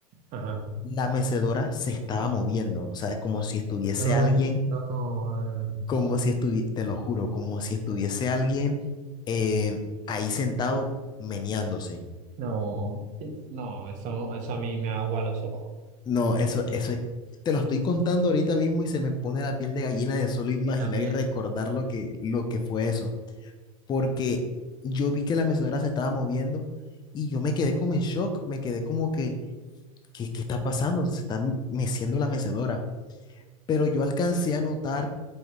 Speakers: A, on the right; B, on the left.
A: ajá.
B: La mecedora se estaba moviendo, o sea, como si estuviese
A: Ay,
B: alguien,
A: no, mano.
B: como si estuviese, te lo juro, como si estuviese alguien eh, ahí sentado meneándose.
A: No, que- no, eso, eso a mí me agua los ojos.
B: No, eso, eso, te lo estoy contando ahorita mismo y se me pone la piel de gallina de solo imaginar
A: Y también,
B: y recordar lo que, lo que fue eso. Porque yo vi que la mecedora se estaba moviendo y yo me quedé como en shock, me quedé como que, ¿qué, qué está pasando? Se está meciendo la mecedora. Pero yo alcancé a notar